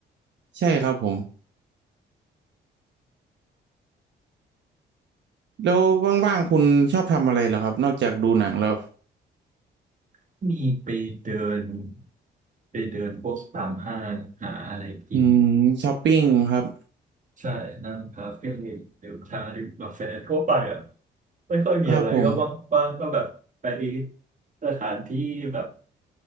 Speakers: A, on the right; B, on the right.
A: ใช่ครับผมแล้วว่างๆคุณชอบทำอะไรเหรอครับนอกจากดูหนังแล้ว
B: มมีไปเดินไปเดินพวกตามห้างหาอะไรกิน
A: อืมช้อปปิ้งครับ
B: ใช่นั่งคาเฟ่ดื่มชาดื่มกาแฟทั่วไปอ่ะไม่ค่อยมีอะไรก็ว่างๆก็แบบไป
A: ครับผม
B: สถานที่แบบ